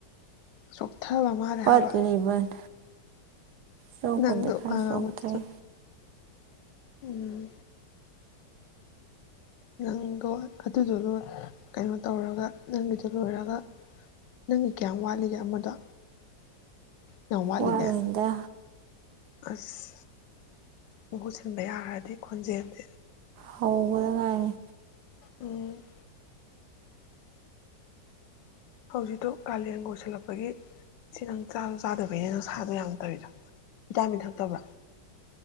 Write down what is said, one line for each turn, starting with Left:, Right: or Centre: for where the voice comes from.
Left: ꯆ‌ꯣꯛ ꯊꯕ ꯃꯥꯜꯂꯦ
Right: ꯄꯠꯂꯤꯕꯅꯤ
Left: ꯍꯥꯏꯕ
Right: ꯆꯣꯛꯄꯨꯗꯤ
Left: ꯅꯪꯗꯣ
Right: ꯈꯔ
Left: ꯋꯥ ꯉꯥꯡ
Right: ꯆꯣꯛꯊꯩ
Left: ꯕꯗꯥ ꯁꯨ ꯎꯝ ꯅꯪꯗꯣ ꯑꯗꯨꯗꯣ ꯀꯩꯅꯣ ꯇꯧꯔꯒ ꯅꯪꯒꯤꯗꯣ ꯂꯣꯏꯔꯒ ꯅꯪꯒꯤ ꯀꯌꯥꯝ ꯋꯥꯠꯂꯤꯒꯦ ꯑꯃꯗꯣ ꯌꯥꯝ ꯋꯥꯠꯂꯤꯅꯦ
Right: ꯋꯥꯠꯂꯤꯗ
Left: ꯑꯁ ꯃꯍꯨꯠ ꯁꯤꯟꯕ ꯌꯥꯔꯗꯤ ꯈꯣꯟꯖꯦꯜꯁꯦ
Right: ꯍꯧꯕꯗ ꯉꯥꯏꯅꯤ
Left: ꯎꯝ ꯍꯧꯖꯤꯛꯇꯣ ꯀꯥꯂꯦꯟ ꯑꯣꯏꯁꯤꯜꯂꯛꯄꯒꯤ ꯁꯤ ꯅꯪ ꯆꯁꯨ ꯆꯥꯗꯕꯩꯅꯦ ꯅꯪ ꯅꯥꯁꯥꯗꯨ ꯌꯥꯝ ꯇꯧꯔꯤꯗꯣ ꯚꯤ ꯇꯥꯃꯤꯟ ꯊꯛꯇꯕ꯭ꯔꯥ